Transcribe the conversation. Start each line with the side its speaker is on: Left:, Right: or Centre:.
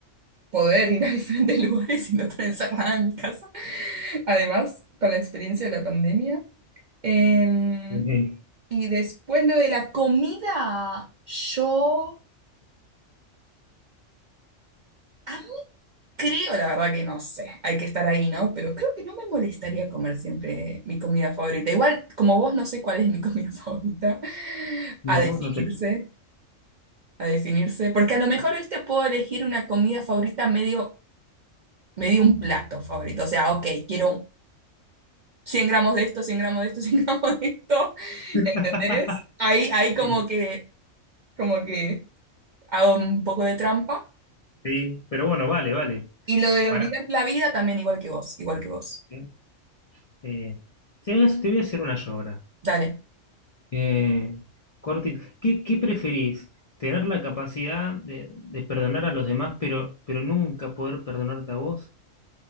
Right: poder ir a diferentes <laughs> lugares y no estar encerrada en mi casa. además, con la experiencia de la pandemia. Em,
Left: Eh,
Right: y después lo de la comida, yo a mí creo, la verdad que no sé, hay que estar ahí, ¿no? Pero creo que no me molestaría comer siempre mi comida favorita. Igual, como vos, no sé cuál es mi comida <laughs> favorita,
Left: no,
Right: a definirse,
Left: no tenés.
Right: a definirse, porque a lo mejor este puedo elegir una comida favorita medio, medio un plato favorito. O sea, ok, quiero 100 gramos de esto, 100 gramos de esto, <laughs> 100 gramos de esto,
Left: <laughs>
Right: <laughs> ¿entendés? Ahí, ahí
Left: Sí,
Right: como que, como que hago un poco de trampa.
Left: sí, pero bueno, vale, vale.
Right: Y lo de
Left: Pará.
Right: olvidar la vida también igual que vos, igual que vos.
Left: eh. Eh, te voy a, te voy a hacer una yo ahora.
Right: Dale.
Left: Eh, corti- ¿qué, qué preferís? ¿Tener la capacidad de, de perdonar a los demás, pero, pero nunca poder perdonarte a vos?